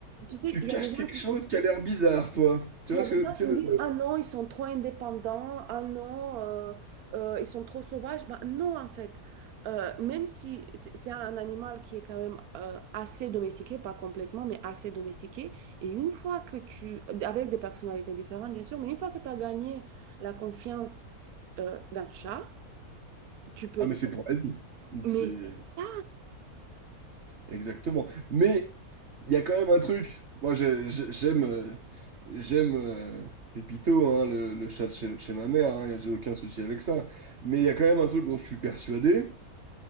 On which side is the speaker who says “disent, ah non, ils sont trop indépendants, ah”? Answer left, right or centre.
Right